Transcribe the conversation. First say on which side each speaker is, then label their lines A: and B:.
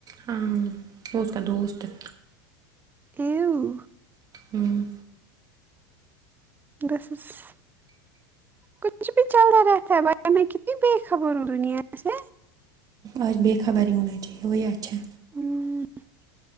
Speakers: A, on the right; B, on the right.
A: ہاں وہ اس کا دوست ہے
B: ایو
A: ہوں
B: بسس کچھ بھی چلتا رہتا ہے باہر میں کتنی بے خبر ہوں دنیا سے
A: آج بےخبر ہی ہونا چاہیے وہی اچھا
B: ہمم